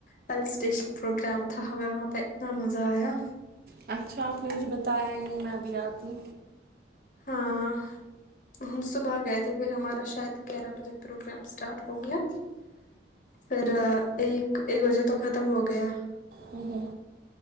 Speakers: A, on the left (about 45°); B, on the right (about 50°).
A: پلس اسٹیشن پروگرام تھا ہمیں وہاں پہ اتنا مزہ آیا
B: اچھا آپ نے مجھے بتایا ہی نہیں میں بھی آتی
A: ہاں ہم صبح گئے تھے پھر ہمارا شاید گیارہ بجے پروگرام اسٹارٹ ہو گیا پھر ایک ایک بجے تو ختم ہو گیا
B: ہوں ہوں